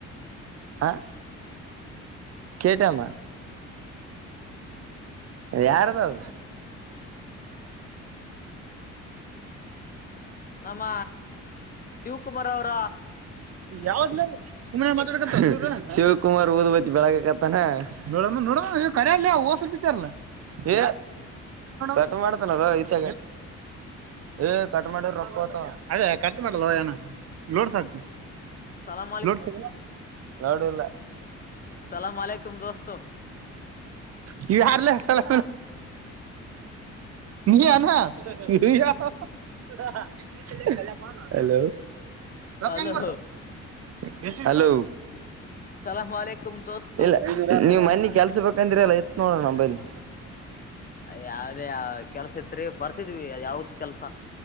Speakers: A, on the right; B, on the left.
A: ಆ ಕಟಾಮ ಯಾರದಾವ
B: ನಮ್ಮ ಶಿವಕುಮಾರ್ ಅವ್ರ
A: ಯಾವ ಸತ ಶಿವಕುಮಾರ್ ಹಓದ್ ಬೆಳಗ್ತ್ತಾನ ನೋಡ ನೋಡ ಕಲ್ಲಯ ಹಸರು ಪಾರಲ್ಲ ಏ ಕಟ ಮಾಡ್ತನ ಇತ ಏ ಕಟ್ ಮಾಡಿ ರೊಕ್ಕತ ಅದೇ ಕಟ್ ಮಾಡಲ್ವ ಏನ ಲೋಡ್ ಸಾಕು
B: ಸಲಾಂ
A: ನೋಡ್ ನೋಡಿಲ್ಲ
B: ಸಲಾಮಕುಮ ದೋಸ್ತೋ
A: ನೀವ ಯಾರ್ಲ್ಲೇಸಲ್ಲ ನೀ ನ ಇ <unintelligible>
B: ಹಲೋ
A: ಹಲೋ ಹಲೋ
B: ಸಲಾಂ ಅಲೈಕುಂ ದೋಸ್ತು
A: ಇಲ್ಲ ನೀವು ಮನ್ನಿ ಕೆಲ್ಸ ಬ ಬಂದ್ರಲ್ಲ ಇತ್ತು ನೋಡೋಣ ನಂಬೈಲ್ಲಿ
B: ಯಾವದೇ ಕೆಲ್ಸ ಇತ್ರಿ ಬರ್ತಿದ್ವಿ ಯಾವ್ದ ಕೆಲ್ಸ